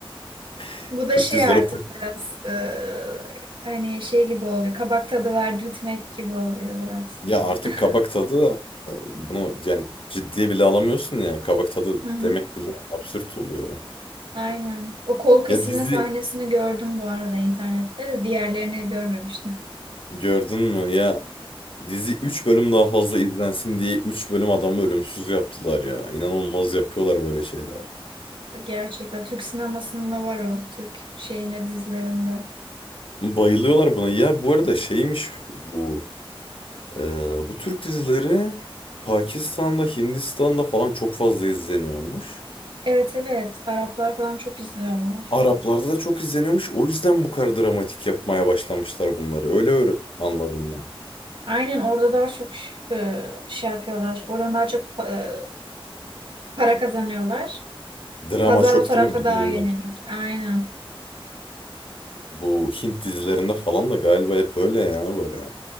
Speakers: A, on the left (about 65°); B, on the right (about 60°).
A: <laughs>
B: Bu da
A: Türk
B: şey
A: dizileri
B: artık
A: o-
B: biraz e, hani şey gibi oluyor. Kabak tadı verdirtmek gibi oluyor biraz.
A: ya artık
B: <laughs>
A: kabak tadı bunu yani ciddiye bile alamıyorsun ya kabak tadı
B: Hı hı.
A: demek bile absürt oluyor.
B: Aynen. O kol kesilme
A: Ya dizi
B: sahnesini gördüm bu arada internette de diğerlerini görmemiştim.
A: gördün mü ya dizi 3 bölüm daha fazla izlensin diye 3 bölüm adamı ölümsüz yaptılar ya. İnanılmaz yapıyorlar böyle şeyler.
B: Gerçekten Türk sinemasında var o. Türk şeyinde dizilerinde.
A: Bayılıyorlar buna. Ya bu arada şeymiş bu e, bu Türk dizileri Pakistan'da Hindistan'da falan çok fazla izleniyormuş.
B: Evet evet. Araplar falan çok izliyorlar.
A: Araplarda da çok izleniyormuş. O yüzden bu kadar dramatik yapmaya başlamışlar bunları. Öyle öğre- anladım ben.
B: Aynen orada daha çok e, şey yapıyorlar. Oradan daha çok e, para kazanıyorlar.
A: Drama
B: Pazar
A: çok
B: o tarafa
A: değil mi? Bir
B: daha
A: de bunlar.
B: yönelik. Aynen.
A: Bu Hint dizilerinde falan da galiba hep öyle ya böyle.